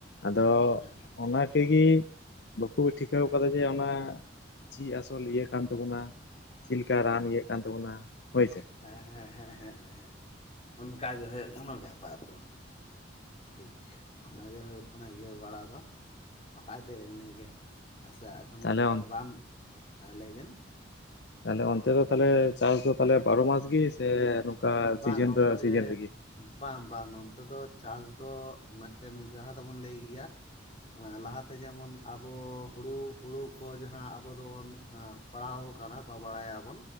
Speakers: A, on the left; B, on the left.
A: ᱟᱫᱚ
B: ᱦᱮᱸ ᱦᱮᱸ
A: ᱚᱱᱟ ᱠᱮᱜᱮ ᱵᱟᱠᱚ ᱴᱷᱤᱠᱟᱹᱣ ᱠᱟᱫᱟ, ᱡᱮ ᱚᱱᱟ ᱪᱮᱫ ᱟᱥᱚᱞ ᱤᱭᱟᱹ ᱠᱟᱱ ᱛᱟᱵᱚᱱᱟ᱾ ᱪᱮᱫ ᱞᱮᱠᱟ ᱨᱟᱱ ᱤᱭᱟᱹᱜ ᱠᱟᱱ ᱛᱟᱵᱚᱱᱟ ᱦᱳᱭᱥᱮ ᱾
B: ᱦᱮᱸ, ᱦᱮᱸ, ᱦᱮᱸ, ᱦᱮᱸ, ᱦᱮᱸ ᱚᱱᱠᱟ ᱜᱮ ᱦᱩᱭᱩᱜ ᱠᱟᱱᱟ ᱵᱮᱯᱟᱨ ᱫᱚ ᱾ ᱴᱷᱤᱠ ᱚᱱᱟᱜᱮ ᱦᱩᱭᱩᱜ ᱠᱟᱱᱟ ᱤᱭᱟᱹ ᱵᱟᱲᱟ ᱫᱚ᱾ ᱵᱟᱠᱷᱟᱡ ᱛᱮ ᱮᱢᱱᱤ ᱜᱮ, ᱟᱪᱪᱷᱟ ᱮᱠᱷᱚᱱ
A: ᱛᱟᱦᱞᱮ
B: ᱨᱟᱱ ᱞᱟᱹᱭ ᱵᱮᱱ
A: ᱛᱟᱦᱚᱞᱮ ᱚᱱᱛᱮ ᱫᱚ ᱛᱟᱞᱦᱮ ᱪᱟᱥ ᱫᱚ ᱛᱟᱦᱞᱮ ᱵᱟᱨᱚ ᱢᱟᱥ ᱜᱮ ᱥᱮ, ᱱᱚᱝᱠᱟ
B: ᱵᱟᱝ
A: ᱥᱤᱡᱮᱱ
B: ᱱᱚᱱᱛᱮ
A: ᱯᱮ ᱥᱤᱡᱤᱱ ᱨᱮᱜᱮ?
B: ᱵᱟᱝ ᱵᱟᱝ, ᱱᱚᱱᱛᱮ ᱫᱚ ᱪᱟᱥ ᱫᱚ ᱢᱤᱫᱴᱮᱱ ᱡᱟᱦᱟᱸ ᱫᱚᱵᱚᱱ ᱞᱟᱹᱭ ᱜᱮᱭᱟ ᱞᱟᱦᱟᱛᱮ ᱡᱮᱢᱚᱱ ᱟᱵᱚ, ᱦᱩᱲᱩ ᱦᱩᱲᱩ ᱠᱚ ᱡᱟᱦᱟᱸ ᱟᱵᱚ ᱫᱚᱵᱚᱱ ᱟᱸ ᱯᱟᱲᱦᱟᱣ ᱠᱟᱱᱟ ᱵᱟ ᱵᱟᱲᱟᱭ ᱟᱵᱚᱱ᱾